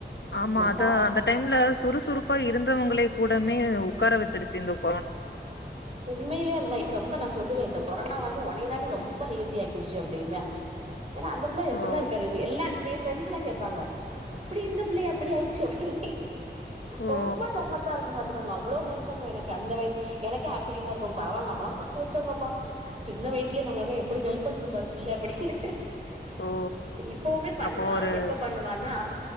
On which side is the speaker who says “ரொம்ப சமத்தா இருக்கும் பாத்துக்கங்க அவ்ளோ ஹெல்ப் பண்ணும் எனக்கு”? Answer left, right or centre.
Right